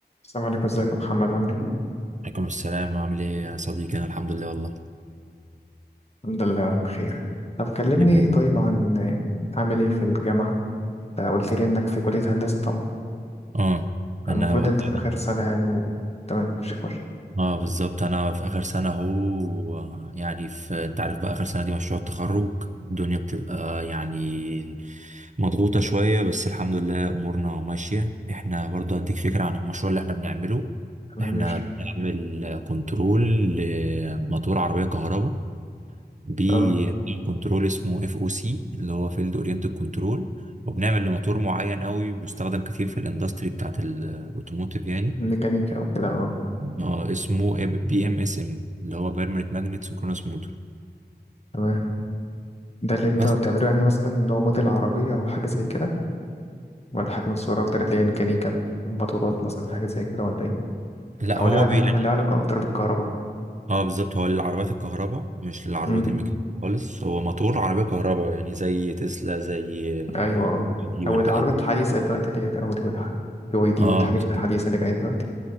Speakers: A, on the left; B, on the right.
A: السلام عليكم ازيك يا محمد عامل ايه؟
B: عليكم السلام عامل ايه يا صديقي انا الحمد لله والله
A: الحمد لله بخير طب كلمني
B: يا رب
A: طيب عن آه، عامل ايه في الجامعة؟ انت قلت لي انك في كلية هندسة طبعا
B: اه
A: فالمفروض
B: انا والله
A: انت في آخر سنة يعني و... تمام ماشي خش
B: اه بالظبط انا في اخر سنه اهو يعني في انت عارف بقى اخر سنه دي مشروع التخرج الدنيا بتبقى يعني مضغوطه شويه بس الحمد لله امورنا ماشيه احنا برضه هديك فكره عن المشروع اللي احنا بنعمله
A: تمام
B: احنا
A: ماشي
B: بنعمل كنترول لموتور عربيه كهرباء بي
A: اه
B: كنترول اسمه اف او سي اللي هو فيلد اورينتد كنترول وبنعمل لموتور معين قوي بيستخدم كتير في الاندستري بتاعت الاوتوموتيف يعني
A: ميكانيكا وكده اه
B: اه اسمه بي ام اس ام اللي هو بيرمننت ماجنت سينكرونس موتور
A: تمام ده اللي انت
B: بس
A: بتعمله يعني مثلا اللي هو موديل عربية او حاجة زي كده ولا حاجة متصورة اكتر اللي هي ميكانيكا موتورات مثلا حاجة زي كده ولا ايه؟
B: لا
A: او
B: هو
A: ليها عل-
B: بي يعني
A: ليها علاقة اكتر بالكهرباء
B: اه بالظبط هو للعربيات الكهرباء مش للعربيات
A: امم
B: الميكانيكية خالص هو موتور عربية كهرباء يعني زي تسلا زي
A: ايوه
B: آه،
A: اه
B: دي
A: او
B: والحاجات
A: العربيات
B: دي
A: الحديثة دلوقتي اللي هي الاودي والحاجات بي واي دي
B: اه
A: والحاجات
B: بالظبط
A: الحديثة اللي جاية دلوقتي